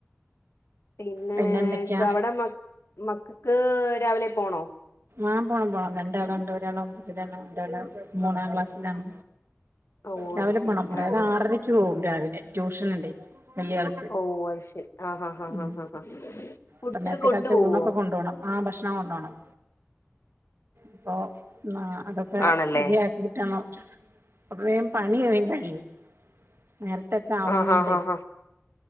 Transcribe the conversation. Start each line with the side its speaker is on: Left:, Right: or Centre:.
Left: പിന്നേ
Right: പിന്നെ എന്തൊക്കെയാ
Left: ക്ക് അവിടെ മ്മ മക്കക്ക് രാവിലെ പോണോ
Right: ആഹ് പോണം പോണം രണ്ടാളെണ്ട് ഒരാളൊമ്പതിലാണ് രണ്ടാമത്തെ ആള് മൂന്നാം ക്ലാസ്സിലാണ്
Left: ഓ
Right: രാവിലെ
Left: അത് ശെരി
Right: പോണം മൊറേന്നാ
Left: ആഹാ
Right: ആറരക്ക് പോവും രാവിലെ ട്യൂഷന് ഇണ്ടെ വല്യാൾ
Left: ഓ അത് ശരി ആഹാ ഹാ
Right: ഉം
Left: ഹാ ഹാ ഹാ ഫുഡൊക്കെ
Right: ഇപ്പ നേര്ത്തെ
Left: കൊണ്ടു
Right: കാൽത്തെ
Left: പോവോ
Right: ഊണൊക്കെ കൊണ്ടാേണം ആഹ് ഭക്ഷണം കൊണ്ടോണം അപ്പോ നാ അതൊക്കെ
Left: ആണല്ലേ
Right: റെഡി ആക് ക്കീട്ടാണം അപ്പൊ വേം പണി വേം കഴിയും നേർത്തൊക്കെ ആവുന്നോണ്ടെ
Left: ആഹാ ഹാ ഹാ